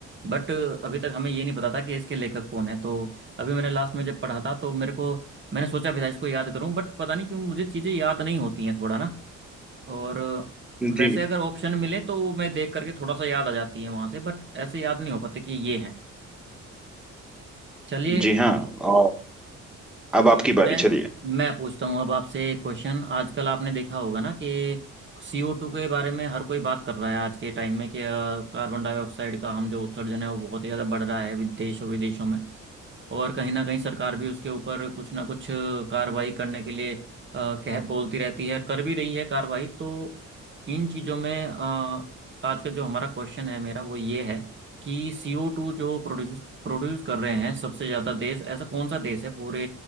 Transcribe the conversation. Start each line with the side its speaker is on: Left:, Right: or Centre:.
Right: बट अभी तक हमें ये नहीं पता था कि इसके लेखक कौन है तो अभी मैंने लास्ट में जब पढ़ा था तो मेरे को मैंने सोचा भी था इसको याद करूं बट पता नहीं क्यों मुझे चीज़ें याद नहीं होती हैं थोड़ा ना और
Centre: जी
Right: वैसे अगर ऑप्शन मिले तो मैं देख करके थोड़ा सा याद आ जाती है वहां से बट ऐसे याद नहीं हो पाते कि ये है चलिए
Centre: जी हाँ और अब
Right: जी
Centre: आपकी
Right: मैं
Centre: बारी चलिए
Right: मैं पूछता हूँ अब आपसे एक क्वेश्चन आजकल आपने देखा होगा ना कि सीओ टू के बारे में हर कोई बात कर रहा है आज के टाइम में कि अ, कार्बन डाइऑक्साइड का हम जो उत्सर्जन है वो बहुत ही ज़्यादा बढ़ रहा है विदेशों विदेशों में और कहीं ना कहीं सरकार भी उसके ऊपर कुछ ना कुछ कार्रवाई करने के लिए अ, कह बोलती रहती है कर भी रही है कार्रवाई तो इन चीज़ों में अ, आज का जो हमारा क्वेश्चन है मेरा वो ये है कि सीओ टू जो प्रोड्यूस प्रोड्यूस कर रहे हैं सबसे ज्यादा देश ऐसा कौन सा देश है पूरे